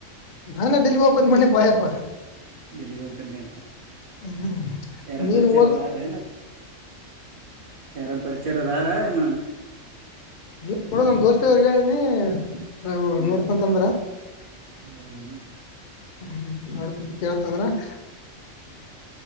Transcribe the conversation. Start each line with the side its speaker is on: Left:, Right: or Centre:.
Left: ನಾ ನ ದಡೆಲಿ ಒು ಮನೆ ಪೆಯಪ
Right: ದಲೀವ ಹೂಕನ್ ಕೊಂಡಣ
Left: ಹ್ಮ್
Right: ಯಾರ
Left: ನೀನು
Right: ಪರಿಚಾರ
Left: ಓದಪ್ಪ
Right: ರತ ಯಾರ ಪರಿಚರದಾರಾ ಇನ್ನು
Left: ಲ್ಲ ನೋಡ ನಮ್ ದೋಸ್ತ ಅವ್ರಿಗೆ ಹೇಳನಿ ನಾಯಿಗಳ್
Right: ಹ್ಮ್
Left: ನೋಡ್ಕೊಂಡ್ ತಂದ್ರಾ
Right: ಹೌದೇನು
Left: <unintelligible> <unintelligible> ಕೇಳ್ತಂದ್ರ <unintelligible>